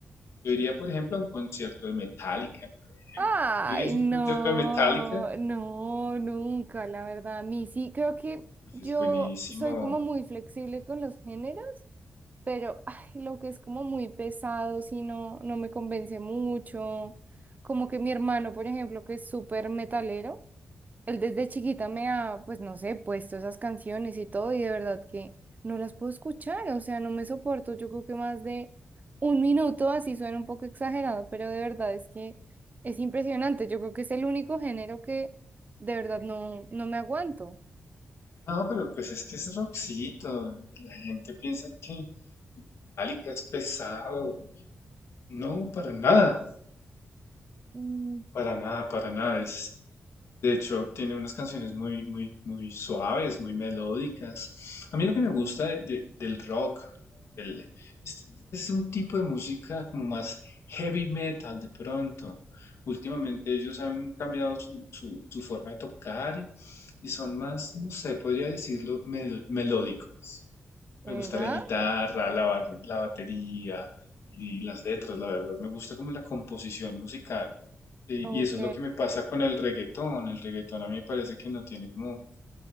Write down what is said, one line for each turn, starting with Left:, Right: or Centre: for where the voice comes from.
Left: yo iría, por ejemplo, a un concierto de Metallica, por ejemplo,
Right: Ay,
Left: yo iría
Right: no,
Left: a un concierto de Metallica,
Right: no, nunca, la verdad. A mí sí, creo que
Left: pues
Right: yo
Left: es buenísimo.
Right: soy como muy flexible con los géneros. pero ay, lo que es como muy pesado, si no, no me convence mucho. Como que mi hermano, por ejemplo, que es súper metalero, él desde chiquita me ha, pues no sé, puesto esas canciones y todo, y de verdad que no las puedo escuchar, o sea, no me soporto. Yo creo que más de un minuto, así suena un poco exagerado, pero de verdad es que es impresionante. Yo creo que es el único género que de verdad no, no me aguanto.
Left: No, pero pues es que es rockcito. La gente piensa que Metallica es pesado. No, para nada.
Right: Mm,
Left: Para nada, para nada. Es, de hecho, tiene unas canciones muy, muy, muy suaves, muy melódicas. A mí lo que me gusta de- de- del rock, del, este, este es un tipo de música como más heavy metal de pronto. Últimamente ellos han cambiado su, su- su forma de tocar y, y son más, no sé, podría decirlo, mel- melódicos.
Right: ¿Verdad?
Left: Me gusta la guitarra, la, ba- la batería y las letras, la verdad. Me gusta como la composición musical. Eh,
Right: Ok.
Left: y eso es lo que me pasa con el reggaetón. El reggaetón a mí me parece que no tiene como,